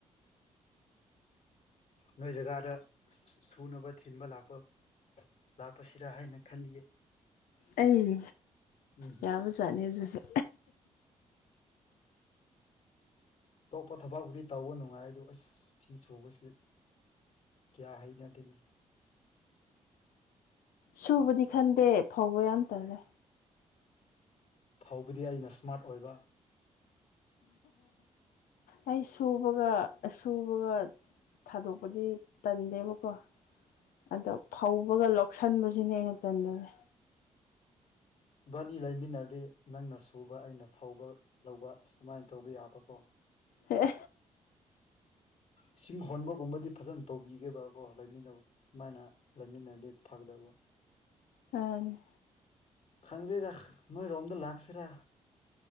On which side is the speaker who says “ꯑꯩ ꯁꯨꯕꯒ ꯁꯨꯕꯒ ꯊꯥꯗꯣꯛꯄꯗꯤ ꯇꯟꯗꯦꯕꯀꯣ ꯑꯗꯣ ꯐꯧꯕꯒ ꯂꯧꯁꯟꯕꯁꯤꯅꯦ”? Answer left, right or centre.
Left